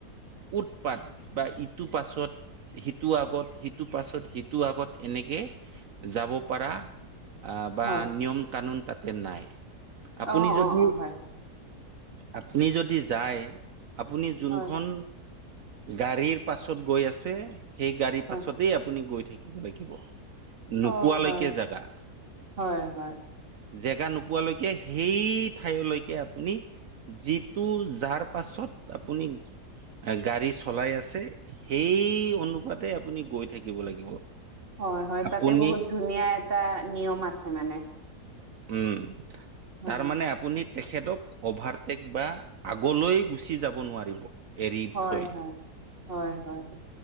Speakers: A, on the right; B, on the right.
A: উৎপাত বা ইটো পাছত সিটো আগত সিটোৰ পাছত সিটো আগত এনেকে যাব পাৰা আহ বা
B: হয়
A: নিয়ম কানুন তাতে নাই আপুনি
B: অ
A: যদি
B: অ অ হয়
A: আপুনি যদি যায় আপুনি যোনখন
B: হয়
A: গাড়ীৰ পাছত গৈ আছে সেই গাড়ীৰ
B: হয়
A: পাছতেই আপুনি গৈ থাকিব লাগিব। নোপোৱালৈকে
B: অ হয়
A: জাগা
B: হয় হয়
A: জেগা নোপোৱালৈকে সেই ঠাইলৈকে আপুনি যিটো যাৰ পাছত আপুনি গাড়ী চলাই আছে সেই অনুপাতে আপুনি গৈ থাকিব লাগিব
B: হয় হয়
A: আপুনি
B: তাতে বহুত ধুনীয়া এটা নিয়ম আছে মানে
A: উম
B: হয়
A: তাৰ মানে আপুনি তেখেতক অভাৰটেক বা আগলৈ গুচি যাব নোৱাৰিব এৰি
B: হয়
A: থই
B: হয় হয় হয়